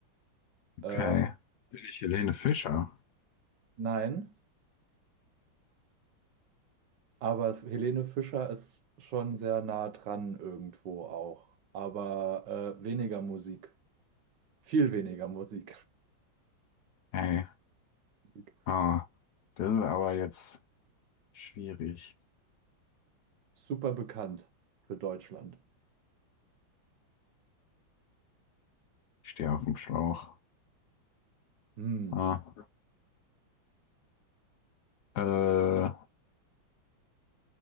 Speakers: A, on the right; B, on the left.
A: Ähm,
B: okay. Bin ich Helene Fischer?
A: nein, aber Helene Fischer ist schon sehr nah dran irgendwo auch, aber äh, weniger Musik. Viel weniger Musik.
B: Ey,
A: Musik.
B: ah, das ist aber jetzt schwierig.
A: Super bekannt für Deutschland.
B: stehe auf dem Schlauch.
A: Hm.
B: Ah, äh,